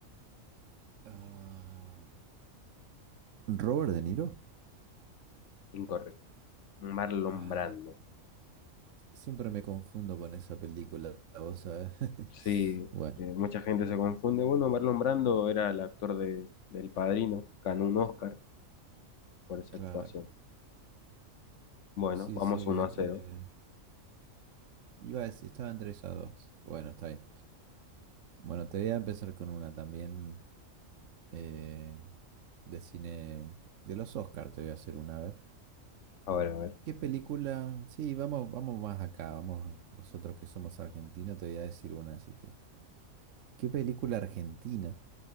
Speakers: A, on the right; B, on the left.
A: Ah, ¿Robert De Niro?
B: Incorrecto. Marlon
A: ah
B: Brando.
A: Siempre me confundo con esa película, vos sabés. <laughs>
B: Sí,
A: Bueno,
B: eh, mucha gente se confunde. Bueno, Marlon Brando era el actor de, del Padrino. Ganó un Oscar por esa
A: claro.
B: actuación. Bueno,
A: Sí,
B: vamos
A: sí,
B: uno
A: me,
B: a
A: me-
B: cero.
A: Iba a decir, estaba entre esas dos. Bueno, está bien. Bueno, te voy a empezar con una también eh, de cine de los Oscars, te voy a hacer una, a ver.
B: A ver, a ver.
A: ¿Qué película? Sí, vamos, vamos más acá, vamos, nosotros que somos argentinos, te voy a decir una, así que. ¿Qué película argentina